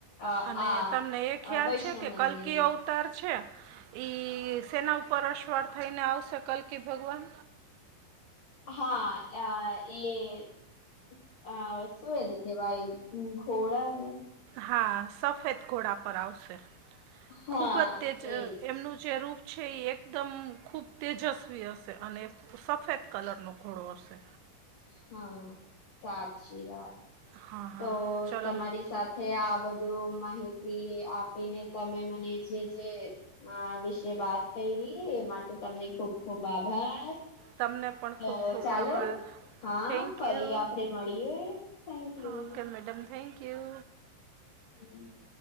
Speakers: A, on the left; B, on the right.
A: અ
B: અને
A: આ
B: તમને એ ખ્યાલ
A: વૈષ્ણવ
B: છે કે, કલકી
A: મંદિરનું
B: તાર છે, ઈ સેના ઉપર અસવાળ થઈને આવશે, કલકી ભગવાન.
A: હા, અ એ આ શું એને કેવાય, ઘોડા અને
B: હા, સફેદ ઘોડા પર આવશે,
A: હા
B: ખૂબ જ તેજ
A: એજ
B: એમનું જે રૂપ છે, એ એકદમ ખૂબ તેજસ્વી હશે, અને સફેદ કલરનો ઘોડો હશે.
A: હા, સાચી વાત
B: હા હા
A: તો,
B: ચલો
A: તમારી સાથે તે આ બધું માહિતી આપીને, તમે મને જે જે વિશે વાત કરી એ, માટે તમને ખુબ ખુબ આભાર.
B: તમને પણ
A: તો
B: ખૂબ ખૂબ
A: ચાલો
B: આભાર.
A: હા
B: થેન્ક
A: ફરી
B: યુ,
A: આપડે મળીએ thank you
B: okay madam, thank you.
A: <unintelligible>